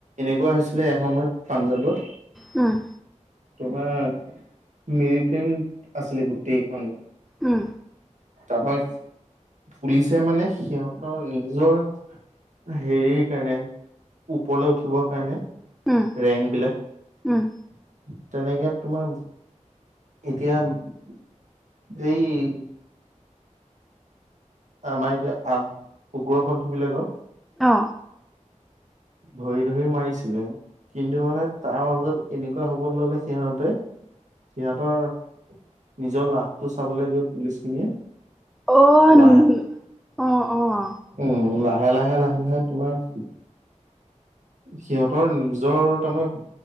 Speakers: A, on the right; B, in the centre.
A: এনেকুৱা হৈছিলে এসময়ত পাঞ্জাৱত
B: উম।
A: তোমাৰ মিৰিটেণ্ট আছিলে গোটেইখন
B: উম।
A: তা পা পুলিচে মানে সিহঁতৰ নিজৰ হেৰিৰ কাৰণে ওপৰলৈ উঠিবৰ কাৰণে
B: উম,
A: ৰেং বিলাক
B: উম,
A: তেনেকে তোমাৰ এতিয়া এই <inaudible> আমাৰ এতিয়া আহ উগ্ৰপন্থীবিলাক
B: অ।
A: ধৰি ধৰি মাৰিছিলে। কিন্তু মানে তাৰ মাজত এনেকুৱা হ'ব ল'লে সিহঁতে সিহঁতৰ নিজৰ লাভটো চাবলৈ গৈব পুলিচখিনিয়ে
B: অ',
A: লাহ-
B: অ', অ',
A: উম লাহে লাহে লাহে লাহে তোমাৰ সিহঁতৰ নিজৰ তাৰমানে